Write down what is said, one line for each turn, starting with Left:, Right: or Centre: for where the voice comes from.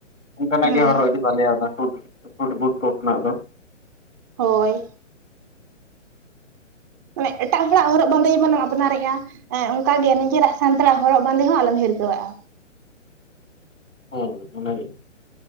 Left: ᱚᱱᱠᱟᱱᱟᱜ
Right: ᱦᱩᱸ
Left: ᱜᱮ ᱦᱚᱨᱚᱜ ᱤᱫᱤ ᱵᱟᱱᱫᱮᱭᱟ ᱚᱱᱟ ᱥᱤᱢ, ᱥᱩᱴ ᱵᱩᱴ ᱠᱚ ᱠᱷᱚᱱᱟᱜ ᱫᱚ᱾
Right: ᱦᱳᱭ᱾
Left: <unintelligible>
Right: ᱢᱟᱱᱮᱜ ᱮᱴᱟᱜ ᱦᱚᱲᱟᱜ ᱦᱚᱨᱚᱜ ᱵᱟᱸᱫᱮᱭ ᱢᱟᱱᱮ ᱟᱯᱱᱟᱨᱮᱜᱼᱟ᱾ ᱦᱮᱸ ᱚᱱᱠᱟ ᱜᱮ ᱱᱤᱡᱮᱨᱟᱜ ᱥᱟᱱᱛᱟᱲ-ᱟ ᱦᱚᱨᱚᱜ ᱵᱟᱸᱫᱮ ᱦᱚᱸ ᱟᱞᱚᱢ ᱦᱤᱨᱠᱟᱹᱣᱟᱜᱼᱟ᱾
Left: ᱦᱩᱸ ᱚᱱᱟᱜᱮ